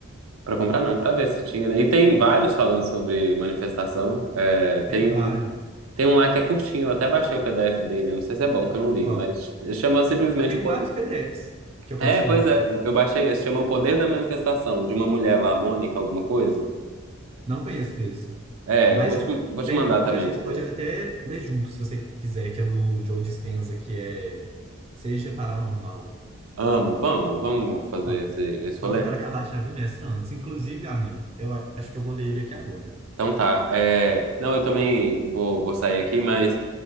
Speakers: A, on the right; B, on the right.
A: Pra comprar não, pra ver se tinha, né? E tem vários falando sobre manifestação. É, tem
B: tem vários.
A: Tem um lá que é curtinho, eu até baixei o PDF dele, não sei se é bom, que eu não li,
B: Qual?
A: mas chama simplesmente
B: Eu tenho
A: o poder.
B: vários PDFs que eu posso
A: É,
B: te
A: pois
B: mandar.
A: é, eu eu baixei esse, chama O Poder da Manifestação, de uma mulher lá, Mônica, alguma coisa.
B: Não conheço esse.
A: É,
B: Mas
A: eu vou te, vou te
B: tem
A: mandar
B: um que
A: também
B: a gente
A: depois.
B: pode até ler junto, se você quiser, que é do Joe Dispenza, que é Seja Paranormal.
A: Amo, vamos, vamos fazer
B: Amo.
A: esse, esse rolê.
B: Só que eu quero acabar a chave mestra antes. Inclusive, amigo, eu acho que eu vou ler ele aqui agora.
A: Então tá. É, Não, eu também vou, vou sair aqui, mas